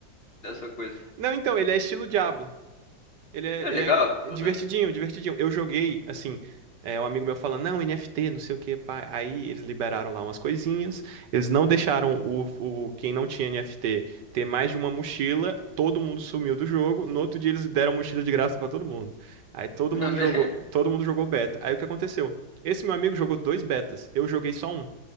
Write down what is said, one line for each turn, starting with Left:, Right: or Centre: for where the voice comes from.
Left: nessa coisa.
Right: Não, então, ele é estilo Diablo. Ele é,
Left: É legal,
Right: ele
Left: pelo
Right: é divertidinho,
Left: menos.
Right: divertidinho. Eu joguei, assim, é, um amigo meu falando, não, NFT, não sei o que, pá. Aí eles liberaram lá umas coisinhas. Eles não deixaram o, o quem não tinha NFT ter mais de uma mochila. Todo mundo sumiu do jogo. No outro dia eles deram mochila de graça pra todo mundo. Aí todo
Left: <laughs>
Right: mundo
Left: Ah, beleza.
Right: jogou, todo mundo jogou beta. Aí o que aconteceu? Esse meu amigo jogou dois betas. Eu joguei só um.